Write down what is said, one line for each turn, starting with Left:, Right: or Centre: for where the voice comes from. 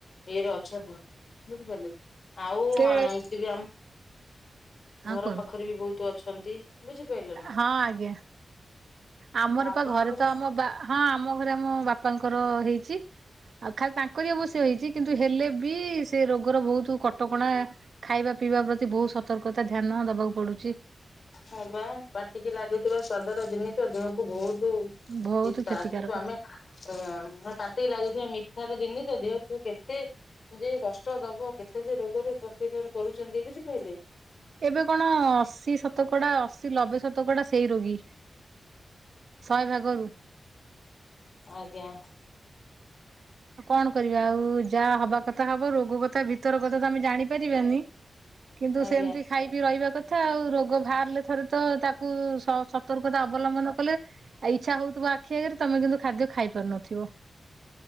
Left: ଇଏରେ ଅଛନ୍ତି ବୁଝିପାରିଲେ। ଆଉ
Right: ସେ
Left: ଏମିତି ବି ଆମ
Right: ହଁ
Left: ଘର
Right: କୁହନ୍ତୁ
Left: ପାଖରେ ବି ବହୁତ ଅଛନ୍ତି। ବୁଝିପାରିଲେ ନା
Right: ହଁ ଆଜ୍ଞା ଆମର
Left: ଆଉ ଆପଣଙ୍କର
Right: ପା ଘରେ ତ ଆମ ବା ହଁ ଆମ ଘରେ ଆମ ବାପାଙ୍କର ହେଇଛି ଆଉ ଖାଲି ତାଙ୍କରି ଅବସ୍ ହେଇଛି କିନ୍ତୁ ହେଲେ ବି ସେ ରୋଗର ବହୁତ କଟକଣା ଖାଇବା। ପିଇବା ପ୍ରତି ବହୁତ ସତର୍କତା ଧ୍ୟାନ ଦବାକୁ ପଡ଼ୁଛି।
Left: ହଁ ବା ପାଟିକି ଲାଗୁଥିବା ସ୍ୱାଦର ଜିନିଷ ଦେହକୁ ବହୁତ
Right: ବହୁତ
Left: ପିତା
Right: କ୍ଷତିକାରକ
Left: କିନ୍ତୁ ଆମେ ଓ ମ ପାଟିକି ଲାଗୁଥିବା ମିଠାର ଜିନିଷ ଦେହ କୁ କେତେ ଯେ କ ଷ୍ଟ ଦବ କେତେ ଯେ ରୋଗରେ ପ୍ରତିକାର କରୁଛନ୍ତି ବୁଝିପାରିଲେ।
Right: ଏବେ କଣ ଅଶୀ ଶତକଡା ଅସ ଲବେ ଶତକଡ଼ା ସେଇ ରୋଗୀ ଶହେ ଭାଗରୁ।
Left: ଆଜ୍ଞା।
Right: କଣ କରିବା ଆଉ ଯାହା ହବା କଥା ହବ ରୋଗ କଥା ଭିତର କଥା ତ ଆମେ ଜାଣିପାରିବାନି। କିନ୍ତୁ
Left: ଆଜ୍ଞା
Right: ସେମିତି ଖାଇ ବି ରହିବା କଥା ଆଉ ରୋଗ ବାହାରିଲେ ଥରେ ତ ତାକୁ ସତର୍କତା ଅବଲମ୍ବନ କଲେ ଆଉ ଇଚ୍ଛା ହଉଥିବ ଆଖି ଆଗରେ ତମେ କିନ୍ତୁ ଖାଦ୍ୟ ଖାଇ ପାରୁନଥିବ।